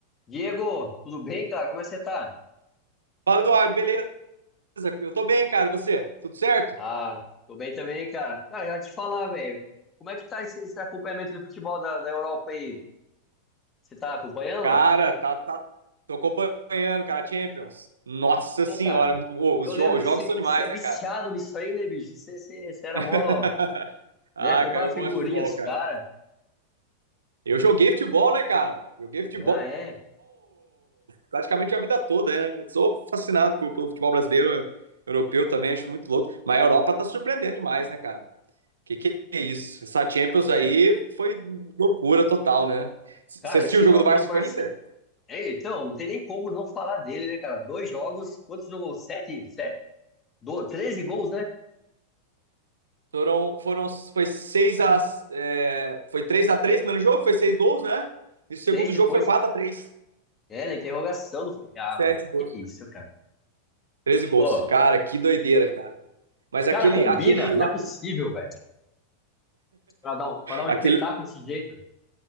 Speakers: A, on the left (about 20°); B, on the right (about 70°).
A: Diego, tudo bem, cara? Como é que você tá?
B: Fala, Eduardo, beleza? Eu tô bem, cara. E você? Tudo certo?
A: Ah, tô bem também, cara. Cara, já te falar, velho. Como é que tá esse, esse acompanhamento do futebol da, da Europa aí? Você tá acompanhando?
B: Cara,
A: não?
B: tá, tá. Tô acompanhando, cara, Champions. Nossa
A: Pô,
B: senhora,
A: cara,
B: ô,
A: eu
B: os,
A: lembro
B: jo- os
A: que
B: jogos
A: você,
B: são demais,
A: que você é
B: né,
A: viciado
B: cara?
A: nisso aí, né, bicho? Você, você, você era
B: <laughs>
A: mó,
B: Ah,
A: né? Comprava
B: cara, eu gosto
A: figurinha
B: de futebol,
A: dos
B: cara.
A: caras.
B: Eu joguei futebol, né, cara? Joguei futebol
A: Ah, é?
B: praticamente a vida toda, né? Eu sou fascinado por- pelo futebol brasileiro, europeu também, acho muito louco. Mas a Europa tá surpreendendo demais, né, cara? Que que é isso? Essa Champions
A: É.
B: aí foi loucura total, né? C-
A: Cara,
B: Você assistiu
A: esse
B: o jogo
A: jogo
B: do Barça
A: do Barcelona.
B: com a Inter?
A: É, então, não tem nem como não falar dele, né, cara? Dois jogos, quantos jogos? Sete? Sete? Do... Treze gols, né?
B: Foram, foram, foi 6 a. É, foi 3 a 3
A: Tre...
B: primeiro jogo, foi 6 gols, né? E
A: Seis
B: o segundo
A: depois.
B: jogo foi 4 a 3
A: É, na interrogação do filme. Ah,
B: 7
A: meu.
B: gols.
A: Que isso, cara.
B: 13 gols.
A: Pô,
B: Cara, que doideira, cara. Mas
A: os caras
B: aquele.
A: combinam?
B: aquele,
A: Não é possível, velho. Pra dar um, pra dar um
B: aquele
A: espetáculo desse jeito.